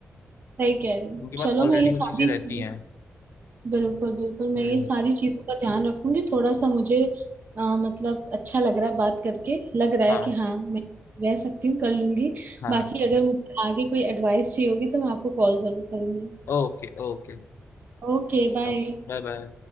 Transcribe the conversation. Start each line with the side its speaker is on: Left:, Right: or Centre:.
Right: सही कह रहे हो
Left: उनके पास
Right: चलो
Left: ऑलरेडी
Right: मैं ये सारी
Left: वो चीजें रहती
Right: चीजें
Left: हैं
Right: बिल्कुल बिल्कुल मैं
Left: हम्म
Right: ये सारी चीजों का ध्यान रखूंगी थोड़ा सा मुझे अ, मतलब अच्छा लग रहा है बात करके लग रहा है
Left: हाँ
Right: कि हाँ मैं रह सकती हूँ कर लूंगी
Left: हाँ
Right: बाकी अगर मुझे आगे कोई एडवाइस चाहिए होगी तो मैं आपको कॉल जरूर करूंगी
Left: Okay okay
Right: Okay bye
Left: Bye bye